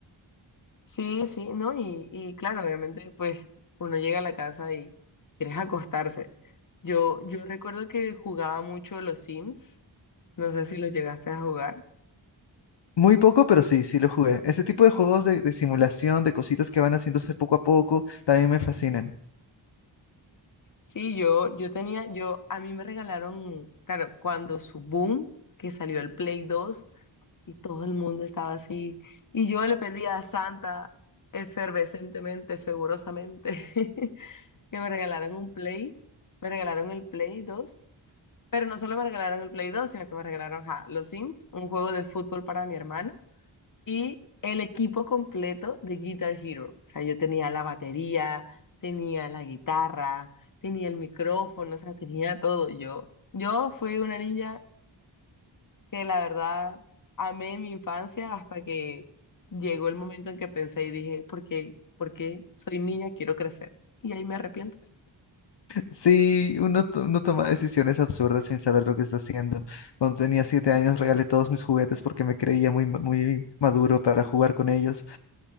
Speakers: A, on the left; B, on the left.
A: Sí, sí, ¿no? Y, y claro, obviamente pues uno llega a la casa y quieres acostarse. Yo, yo recuerdo que jugaba mucho los Sims. No sé si los llegaste a jugar.
B: Muy poco, pero sí, sí lo jugué. Ese tipo de juegos de, de simulación, de cositas que van haciéndose poco a poco, también me fascinan. <laughs>
A: Sí, yo, yo tenía, yo, a mí me regalaron, claro, cuando su boom, que salió el Play 2 y todo el mundo estaba así, y yo le pedía a Santa efervescentemente, fervorosamente, <laughs> que me regalaran un Play, me regalaron el Play 2, pero no solo me regalaron el Play 2, sino que me regalaron, ja, los Sims, un juego de fútbol para mi hermano, y el equipo completo de Guitar Hero. O sea, yo tenía la batería, tenía la guitarra, tenía el micrófono, o sea, tenía todo. Yo, yo fui una niña que la verdad amé mi infancia hasta que llegó el momento en que pensé y dije, ¿por qué? ¿Por qué soy niña? Quiero crecer. Y ahí me arrepiento.
B: Sí, uno, to- uno toma decisiones absurdas sin saber lo que está haciendo. Cuando tenía siete años regalé todos mis juguetes porque me creía muy, ma- muy maduro para jugar con ellos.